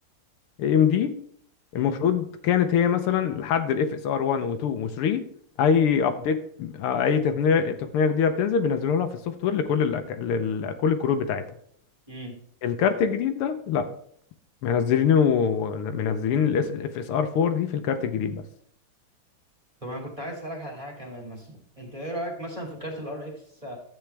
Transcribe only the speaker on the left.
اي ام دي
المفروض كانت هي مثلا لحد الاف اس ار 1 و2 و3 اي ابديت اي تقنيه تقنيه جديده بتنزل بينزلوها لها في السوفت وير لكل الأك... لل... كل الكروت بتاعتها
الكارت الجديد ده لا منزلينه منزلين الاف اس ار 4 دي في الكارت الجديد بس